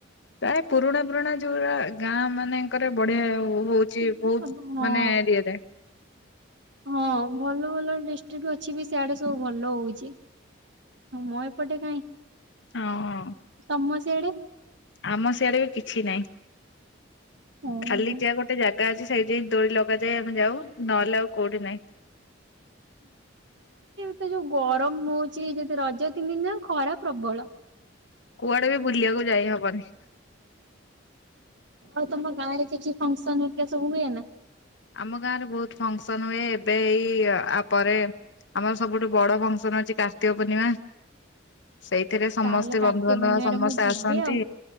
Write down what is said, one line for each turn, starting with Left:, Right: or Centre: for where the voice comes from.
Left: ପ୍ରାୟ ପୁରୁଣା ପୁରୁଣା ଯୋଉରା ଗାଁ ମାନେ ଙ୍କରେ ବଢିଆ ହଉଚି
Right: ହଁ।
Left: ବହୁତ ମାନେ ଏରିଆରେ।
Right: ହଁ ଭଲ ଭଲ ଡିଷ୍ଟ୍ରିକ ଅଛି ବି ସିଆଡେ ସବୁ ଭଲ ହଉଚି। ଆମ ଏପଟେ କାଇଁ?
Left: ଅଁ ହଁ।
Right: ତମ ସିଆଡେ?
Left: ଆମ ସିଆଡେ ବି କିଛି ନାଇଁ
Right: ଓହୋ।
Left: ଖାଲି ଯା ଗୋଟେ ଜାଗ ଗା ଅଛି ସେଇଠି ଯାଇ ଦୋଳି ଲଗାଯାଏ ଆମେ ଯାଉ, ନହଲେ ଆଉ କୋଉଠି ନାହିଁ।
Right: ଏ ଯୋଉ ଗରମ ହଉଚି ଯଦି ରଜ ତିନି ଦିନ ଯାକ ଖରା ପ୍ରବଳ।
Left: କୁଆଡେ ବି ବୁଲିବାକୁ ଯାଇହବନି।
Right: ଆଉ ତମ ଗାଁରେ କିଛି ଫଙ୍କସନ ହେରିକା ସବୁ ହୁଏ ନା?
Left: ଆମ ଗାଁରେ ବହୁତ ଫଙ୍କସନ ହୁଏ, ଏବେ ଏଇ ଆ ପରେ ଆମର ସବୁଠୁ ବଡ ଫଙ୍କସନ ଅଛି କାର୍ତ୍ତିକ ପୂର୍ଣ୍ଣିମା।
Right: <inaudible>
Left: ସେଇଥିରେ ସମସ୍ତେ
Right: ତାହେଲେ କାର୍ତ୍ତିକ
Left: ବନ୍ଧୁବାନ୍ଧବ
Right: ପୂର୍ଣ୍ଣିମାରେ
Left: ସମସ୍ତେ
Right: ମୁଁ ଯିବି
Left: ଆସନ୍ତି।
Right: ଆଉ।